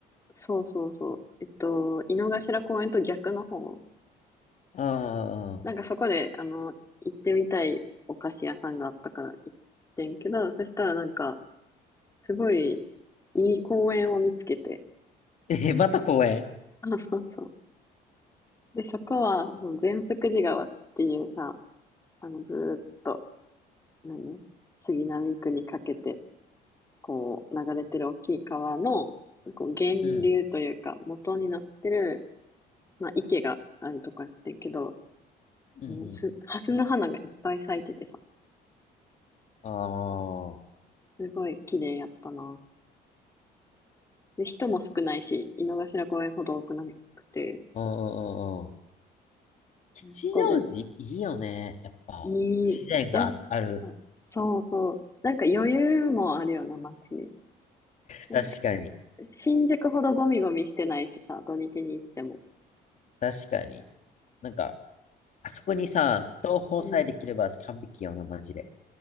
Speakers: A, on the left (about 20°); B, on the left (about 45°).
A: そうそうそう、えっと、井の頭公園と逆の方、
B: ああー。
A: なんかそこで、あの、行ってみたいお菓子屋さんがあったから行ってんけど、そしたらなんか、すごいいい公園を見つけて、
B: え、また公園
A: あの、そうそう。で、そこは、あの、善福寺川っていうさ、あの、ずーっと、何杉並区にかけて、こう、流れてる大きい川の、こう、源流というか、
B: うん。
A: 元になってる、まあ、池があるとこやってんけど、
B: うんうん
A: もうす、の花がいっぱい咲いててさ、
B: ああ、
A: すごい綺麗やったな。で、人も少ないし、井の頭公園ほど多くなくて、
B: うんうんうんうん。吉祥寺いいよね。
A: そこで、
B: やっぱ、
A: いい、
B: 自然がある。
A: やっぱ、そうそう。なんか余裕もあるような、街に。なんか、
B: 確かに。
A: 新宿ほどゴミゴミしてないしさ、土日に行っても。
B: 確かに。なんか、あそこにさ、東宝さえできれば完璧よな、
A: うん。
B: マジで。